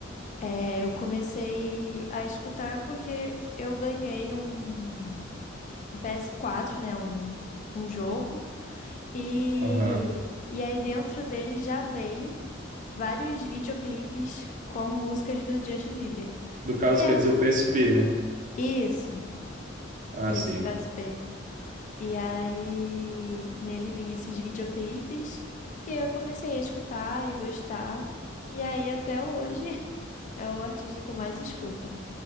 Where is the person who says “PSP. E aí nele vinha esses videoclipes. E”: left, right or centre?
Left